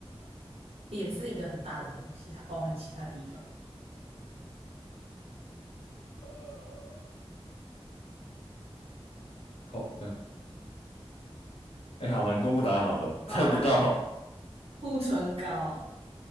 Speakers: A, on the right; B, on the left.
A: 脸是一个很大的东西，它包含其他地方。
B: 呃，口，嗯、哎，好难，公布答案好了，
A: 好啦，
B: 猜不到。
A: 护唇膏，